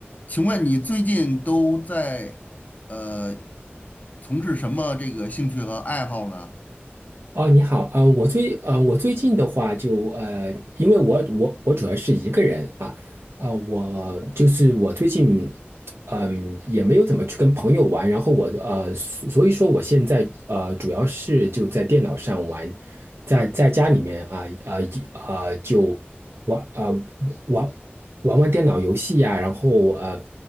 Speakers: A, on the left; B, on the right.
A: 请问你最近都在呃从事什么这个兴趣和爱好呢？
B: 哦，你好，啊，我最啊，我最近的话就呃，因为我我我主要是一个人啊，呃，我就是我最近嗯、也没有怎么去跟朋友玩，然后我呃，所所以说我现在呃主要是就在电脑上玩，在在家里面啊啊啊、呃就玩啊、呃玩玩玩电脑游戏呀、然后呃